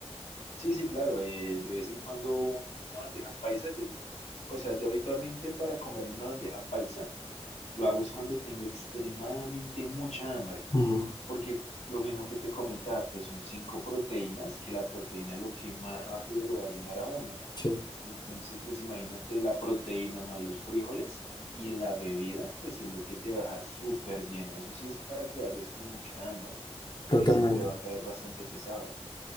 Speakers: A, on the left (about 85°); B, on the left (about 40°).
A: Sí, sí, claro, eh, de vez en cuando una buena bandeja paisa. Yo, o sea, yo habitualmente para comerme una bandeja paisa lo hago es cuando tengo extremadamente mucha hambre,
B: Ujú,
A: porque lo mismo que te comentaba, pues son cinco proteínas, que la proteína es lo que más rápido lo va a llenar a uno.
B: Sí,
A: Entonces, pues imagínate la proteína más los frijoles y la bebida, pues es lo que te va a dejar súper lleno. Eso sí es para que vayas con mucha hambre,
B: totalmente.
A: que siempre va a caer bastante pesado.